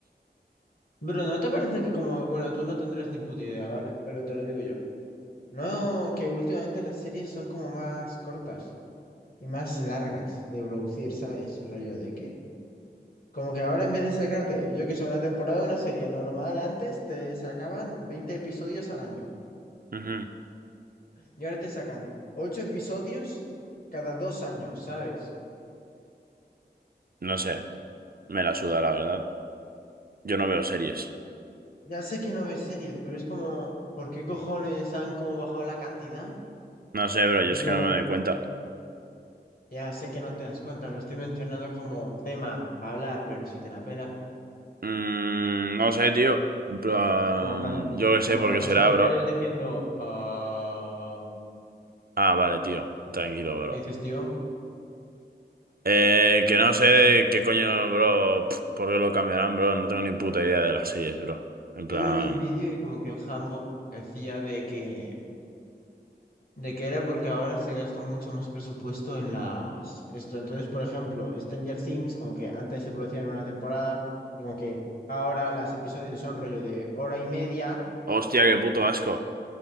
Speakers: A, on the left (about 55°); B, on the right (about 55°).
A: Pero ¿no te parece que como, bueno, tú no tendrás ni puta idea, ¿vale? Pero te lo digo yo. No, que últimamente las series son como más cortas y más largas de producir, ¿sabes? Rollo de que... Como que ahora en vez de sacarte, yo que sé, una temporada de una serie normal antes, te sacaban 20 episodios al año.
B: Ujú.
A: Y ahora te sacan 8 episodios cada dos años, ¿sabes?
B: No sé. Me la suda, la verdad. Yo no veo series.
A: Ya sé que no ves series, pero es como, ¿por qué cojones han como bajado la cantidad?
B: No sé, bro. Yo
A: Tipo,
B: es que no
A: las,
B: me doy cuenta.
A: Ya sé que no te das cuenta, lo estoy mencionando como tema para hablar, pero si te la pela,
B: Mm, no sé, tío. En plan,
A: como para,
B: Yo qué sé
A: como
B: por
A: para
B: qué
A: no
B: será,
A: seguir
B: bro.
A: callados diciendo, ah,
B: Ah, vale, tío. Tranquilo, bro.
A: ¿qué dices, tío?
B: Eh, que no sé
A: Mm.
B: de qué coño, bro. pf, ¿Por qué lo cambiarán, bro? No tengo ni puta idea de las series, bro. En plan...
A: Yo me vi un vídeo y como que el Jambo decía de que, de que era porque ahora se gasta mucho más presupuesto en las... Esto, entonces, por ejemplo, Stranger Things, como que antes se producía en una temporada, y como que ahora los episodios son rollo de hora y media
B: Hostia, qué puto asco.